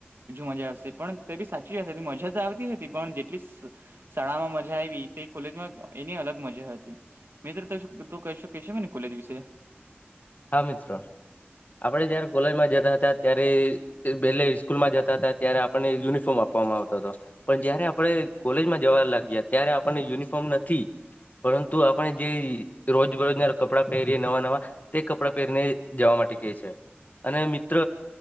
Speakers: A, on the right; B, on the left.
A: મજા આવશે પણ તે બી સાચી જ મજા તો આવતી હતી પણ <unintelligible> શાળામાં મજા આવી તે કોલેજમાં એની અલગ મજા હતી મિત્ર તું કેસો મને કોલેજ વિશે.
B: હા, મિત્ર આપડે જયારે કોલેજમાં જતા હતા ત્યારે બેલે સ્કૂલ માં જતા હતા ત્યારે આપણને યુનિફોર્મ આપવામાં આવતો હતો. પણ જયારે આપણે કોલેજમાં જવા લાગ્યા ત્યારે આપણને યુનિફોર્મ નથી પરંતુ આપણે જે રોજબરોજના કપડાં પહેરીએ નવા નવા તે કપડાં પહેરીને જવા માટે કહે છે અને મિત્ર